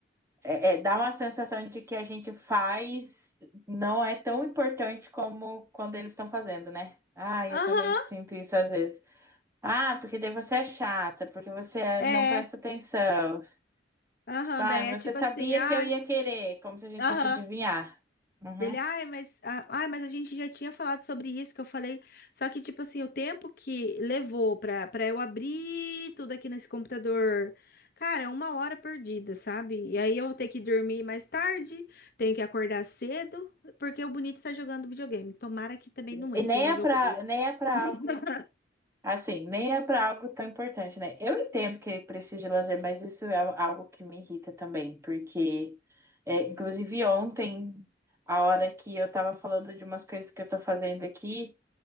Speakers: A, on the right; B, on the left.
A: é, é, dá uma sensação de que a gente faz não é tão importante como quando eles estão fazendo, né? Ah, eu
B: Aham,
A: também sinto isso às vezes. Ah, porque daí você é chata, porque você é-
B: é.
A: não presta atenção.
B: Aham,
A: Tipo, ah,
B: daí
A: você
B: é tipo
A: sabia
B: assim, ai.
A: que eu ia querer, como se a gente
B: Aham.
A: fosse adivinhar. Uhum.
B: Dele, ai, mas, ah, ai, mas a gente já tinha falado sobre isso que eu falei. Só que, tipo assim, o tempo que levou pra, pra eu abrir tudo aqui nesse computador, cara, é uma hora perdida, sabe? E aí eu vou ter que dormir mais tarde, tenho que acordar cedo, porque o bonito tá jogando videogame. Tomara que também não
A: E
B: entre
A: nem
B: no
A: é
B: jogo
A: pra,
B: dele.
A: nem é pra
B: <laughs>
A: algo. Assim, nem é para algo tão importante, né? Eu entendo que precisa de lazer, mas isso é algo que me irrita também, porque, é, inclusive, ontem, a hora que eu tava falando de umas coisas que eu tô fazendo aqui